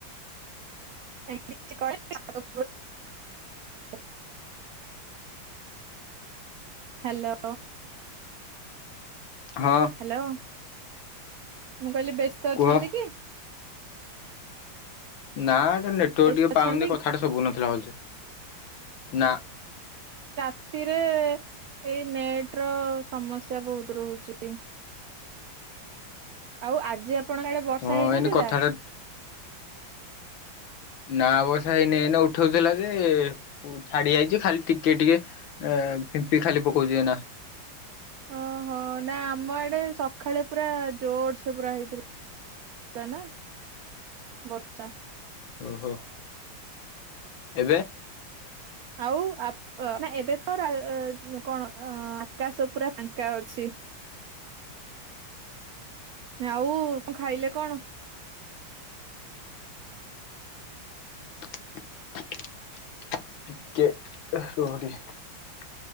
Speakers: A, on the right; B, on the left.
A: ଏମିତି କହିଲର <unintelligible> ହାଲୋ।
B: ହଁ
A: ହାଲୋ। <inaudible> ମୁଁ କହିଲି ବ୍ୟସ୍ତ
B: କୁହ
A: ଅଛନ୍ତି କି? <inaudible>
B: ନା ଏଟା ନେଟୱାରକ
A: ବ୍ୟସ୍ତ
B: ଟିକେ ପାଉନ
A: ଅଛନ୍ତି
B: କଥାଟା
A: କି?
B: ସବୁ ନଥିଲା ବୋଧେ? <inaudible> ନା। <inaudible>
A: ସ୍ଥିରେ ଏଇ ନେଟ ର ସମସ୍ୟା ବହୁତ ରହୁଛି। ଆଉ ଆଜି ଆ ଆପଣଙ୍କ ଆଡେ ବର୍ଷା
B: ହଁ
A: ହେଇନଥିଲା।
B: ଏଇନେ କଥାଟା ନା ବସା ହେଇନ ନ ଉଠଉଥିଲା ଯେ ଛାଡି ଯାଇଛି। ଖାଲି ଟିକେ ଟିକେ
A: <inaudible>
B: ଏ ଫିମ୍ପି ଖାଲି ପକଉଛି ଏଇନା
A: ଓହୋ ନା ଆମ ଆଡେ ଟେ ସକାଳେ ପୁରା ଜୋର ସେ ପୁରା ହେଇଥିଲା ନା <inaudible> ବର୍ଷା।
B: ଓହୋ <inaudible> ଏବେ?
A: ଆଉ ଆପ ଏବେ ତ କଣ ଆକାଶ ପୁରା ଫାଙ୍କା ଅଛି। ଆଉ କଣ ଖାଇଲେ କଣ?
B: <inaudible> ଟିକେ ରୁହ ଟିକେ।